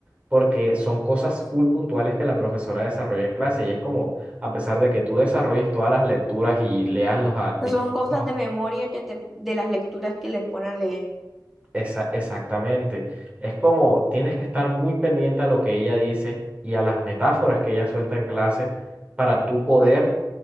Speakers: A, on the right; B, in the centre.
A: porque son cosas full puntuales que la profesora desarrolla en clase y es como a pesar de que tú desarrolles todas las lecturas y leas los a- distintos.
B: Son cosas de memoria que te, de las lecturas que les ponen a leer.
A: Esa- exactamente. Es como tienes que estar muy pendiente a lo que ella dice y a las metáforas que ella suelta en clase para tú poder